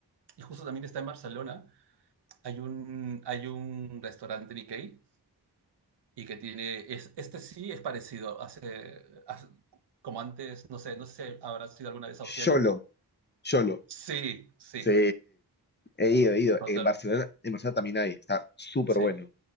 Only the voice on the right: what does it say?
y justo también está en Barcelona, hay un, hay un restaurante Nikkei y que tiene, es, este sí es parecido, hace, hace- como antes, no sé, no sé, si habrá sido alguna vez a Oceánica.
Sí, sí,
totalmente,
sí,